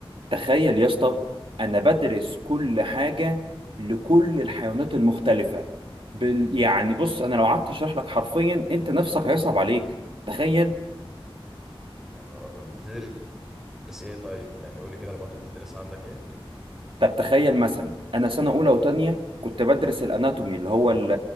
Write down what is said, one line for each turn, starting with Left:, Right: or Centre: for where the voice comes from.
Right: تخيل يا اسطى انا بدرس كل حاجه لكل الحيوانات المختلفه بال... يعني بص انا لو قعدت اشرح لك حرفيا انت نفسك هيصعب عليك تخيل
Centre: يا نهار ابيض بتدرس ايه طيب يعني قول لي كده المواد اللي بتدرسها عندك ايه
Right: طب تخيل مثلا انا سنه اولى وتانية كنت بدرس الاناتومي اللي هو ال-